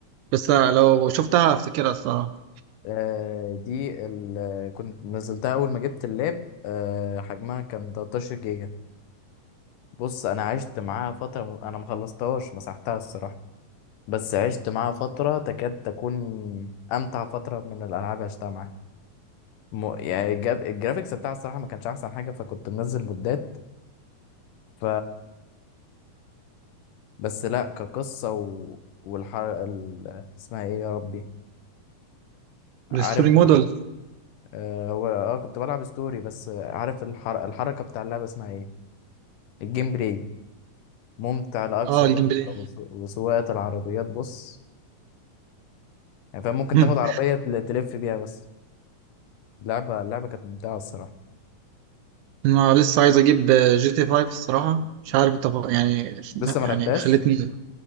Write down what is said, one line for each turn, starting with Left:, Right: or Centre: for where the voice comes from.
Right: بس لو شفتها افتكرها الصراحة
Left: آه، دي ال... كنت نزلتها اول ما جبت اللاب آه، حجمها كان 13 جيجا بص انا عشت معاها فتره انا ما خلصتهاش مسحتها الصراحه بس عشت معاها فتره تكاد تكون امتع فتره من الالعاب عشتها معاها م... يعني الجاب... الجرافيكس بتاعها الصراحه ما كانش احسن حاجه فكنت منزل مدات ف بس لا كقصه و... والحر ال... اسمها ايه يا ربي عارف
Right: الستوري موديل
Left: اه, هو- آه كنت بلعب ستوري بس آه، عارف الحر... الحركه بتاع اللعبه اسمها ايه الجيم بلاي ممتع لأقصى
Right: اه الجيم
Left: درجة
Right: بلاي
Left: وسو- وسواقة العربيات بص يعني فاهم ممكن
Right: <laughs>
Left: تاخد عربية تل- تلف بيها بس اللعبة اللعبة كانت ممتعة الصراحة
Right: انا لسه عايز اجيب جي تي 5 الصراحه مش عارف انت يعني
Left: لسه ما
Right: يعني
Left: لعبتهاش
Right: خلتني